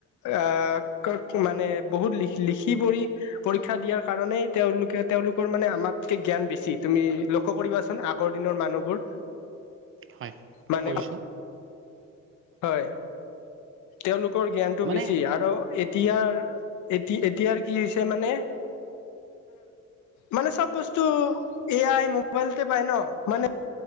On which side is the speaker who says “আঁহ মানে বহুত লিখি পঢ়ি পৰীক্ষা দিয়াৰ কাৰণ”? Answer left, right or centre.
Left